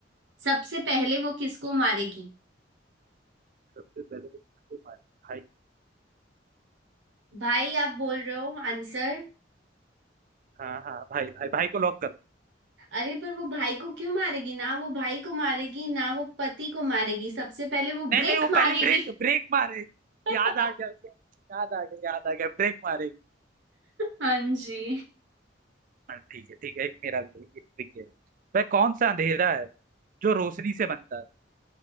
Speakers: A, on the right (about 75°); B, on the right (about 45°).
A: सबसे पहले वो किसको मारेगी
B: सबसे पहले वो किसको मारेगी भाई
A: भाई आप बोल रहे हो आंसर
B: हाँ हाँ भाई भाई भाई को लॉक कर
A: अरे पर वो भाई को क्यों मारेगी ना वो भाई को मारेगी ना वो पति को मारेगी सबसे पहले वो
B: नहीं
A: ब्रेक
B: नहीं वो पहले
A: मारेगी
B: ब्रेक ब्रेक मारेगी
A: <laughs>
B: याद आ गया उसे, याद आ गया याद आ गया ब्रेक मारेगी
A: हाँ जी
B: हाँ, ठीक है ठीक है एक मेरा भी है, एक ट्रिक है वह कौन सा अंधेरा है जो रोशनी से बनता है